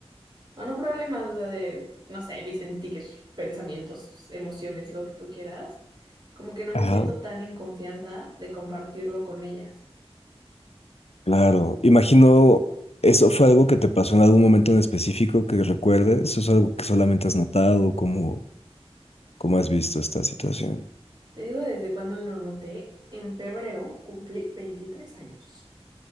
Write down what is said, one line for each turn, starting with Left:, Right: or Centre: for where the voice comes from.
Right: O no problemas, o sea, de, no sé, mi sentir, pensamientos, emociones, lo que tú quieras. Como que no
Left: ajá,
Right: me siento tan en confianza de compartirlo con ellas.
Left: claro. Imagino, ¿eso fue algo que te pasó en algún momento en específico que recuerdes? ¿O es algo que solamente has notado? ¿Cómo, cómo has visto esta situación?
Right: Te digo desde cuando lo noté, en febrero cumplí 23 años.